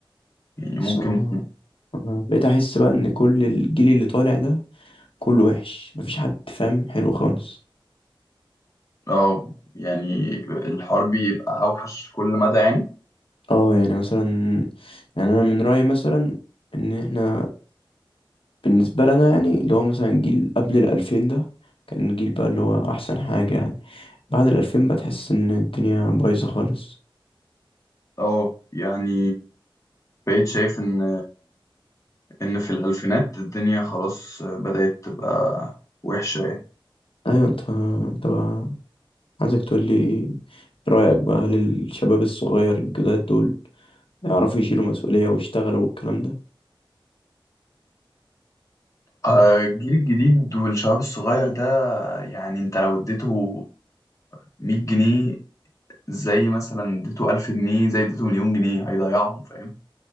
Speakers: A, on the left; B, on the left.
A: يعني
B: الصراحة
A: ممكن
B: انا بقيت احس بقى ان كل الجيل اللي طالع ده كله وحش مفيش حد فاهم حلو خالص
A: اه يعني الحرب يبقى اوحش كل مدى يعني
B: اه يعني مثلا يعني انا من رأيي مثلا ان احنا بالنسبة لنا يعني اللي هو مثلا جيل قبل الألفين ده كان جيل بقى اللي هو احسن حاجة يعني بعد الألفين بقى تحس ان الدنيا بايظة خالص
A: اه يعني بقيت شايف ان ان في الالفينات الدنيا خلاص بدأت تبقى وحشة يعني
B: ايوه انت انت بقى عايزك تقول لي رأيك بقى هل الشباب الصغير الجداد دول يعرفوا يشيلوا مسؤولية ويشتغلوا والكلام ده
A: آه، الجيل الجديد والشباب الصغير ده يعني انت لو اديته 100 جنيه زي مثلا اديته 1000 جنيه زي اديته مليون جنيه هيضيعهم فاهم